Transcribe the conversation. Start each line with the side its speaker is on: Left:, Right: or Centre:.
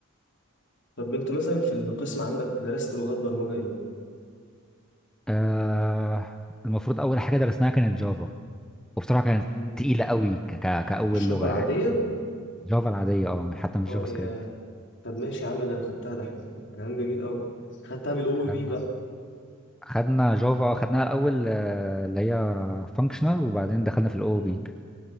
Left: طب أنت مثلا في القسم عندك درست لغات برمجة إيه؟
Centre: آه المفروض أول حاجة درسناها كانت جافا وبصراحة كانت
Left: مم.
Centre: تقيلة قوي ك ك كأول
Left: الجافا
Centre: لغة
Left: العادية؟
Centre: يعني جافا العادية أه حتى مش
Left: أه
Centre: جافا سكريبت
Left: يا طب ماشي يا عم ده انا خدتها ده احنا كلام جميل قوي خدتها بالاو
Centre: خدنا
Left: بي بقى
Centre: خدنا جافا خدناها الأول آه، اللي هي فانكشنال وبعدين دخلنا في الأو
Left: مم.
Centre: بي